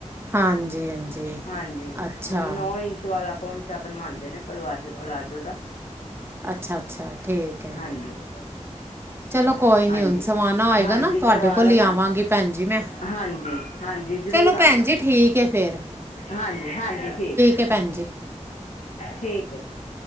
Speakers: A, on the right (about 20°); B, on the left (about 75°).
A: ਹਾਂਜੀ ਹਾਂਜੀ।
B: ਹਾਂਜੀ
A: ਅੱਛਾ
B: ਹੁਣ ਨੌ ਇੰਚ ਵਾਲਾ ਪਾਉਂਚਾ ਬਣਵਾਉਂਦੇ ਨੇ ਪਲਵਾਜੋ ਪਲਾਜੋ ਦਾ
A: ਅੱਛਾ ਅੱਛਾ ਠੀਕ ਹੈ।
B: ਹਾਂਜੀ
A: ਚਲੋ ਕੋਈ ਨੀ
B: ਹਾਂਜੀ
A: ਹੁਣ ਸਵਾਣਾ ਹੋਏਗਾ
B: ਹਾਂਜੀ
A: ਨਾ ਤੁਹਾਡੇ
B: ਕਰਵਾ
A: ਕੋਲ
B: ਲੈਣਾ
A: ਹੀ ਆਵਾਂਗੀ ਭੈਣ ਜੀ ਮੈਂ
B: ਹਾਂਜੀ ਹਾਂਜੀ ਜ਼ਰੂਰ
A: ਚਲੋ
B: ਆਣਾ।
A: ਭੈਣ ਜੀ ਠੀਕ ਹੈ ਫਿਰ
B: ਹਾਂਜੀ ਹਾਂਜੀ, ਠੀਕ
A: ਹੈ ਭੈਣ ਜੀ
B: ਠੀਕ ਐ ਜੀ।